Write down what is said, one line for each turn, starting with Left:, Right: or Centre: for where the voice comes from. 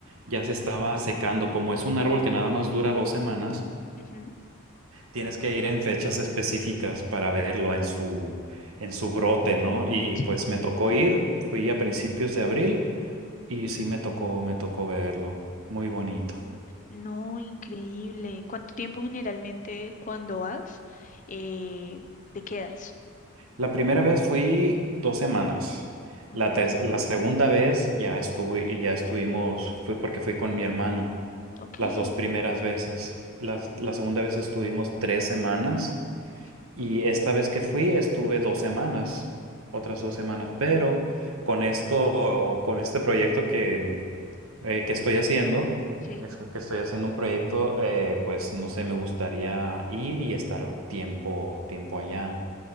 Right: ya se estaba secando. Como es un árbol que nada más dura dos semanas,
Left: ujú,
Right: tienes que ir en fechas específicas para verlo en su, en su brote, ¿no? Y
Left: Sí.
Right: pues me tocó ir, fui a principios de abril y sí me tocó, me tocó verlo. Muy bonito.
Left: No, increíble. ¿Cuánto tiempo generalmente cuando vas eh, te quedas?
Right: La primera vez fui dos semanas.
Left: Ok,
Right: La, ter- la segunda vez ya estuve, ya estuvimos, fui porque fui con mi hermano.
Left: ok.
Right: las dos primeras veces. Las- la segunda vez estuvimos tres semanas
Left: Ujú,
Right: y esta vez que fui estuve dos semanas, otras dos semanas. Pero con esto, con este proyecto que, eh, que estoy haciendo,
Left: Sí.
Right: es
Left: <gasps>
Right: que estoy haciendo un proyecto, eh, pues no sé, me gustaría ir y estar tiempo, tiempo allá,